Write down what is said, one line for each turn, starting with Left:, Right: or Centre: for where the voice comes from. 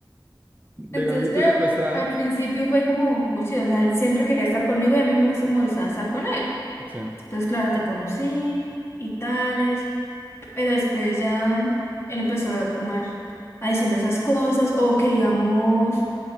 Right: legalmente
Left: Entonces, claro,
Right: secuestrada.
Left: al principio fue como, como chido. O sea, él siempre quería estar conmigo y a mí no me so, molestaba estar con él.
Right: Sí,
Left: Entonces, claro, te conocí y tales. Pero después ya él empezó a tomar, a decirme esas cosas. O que digamos,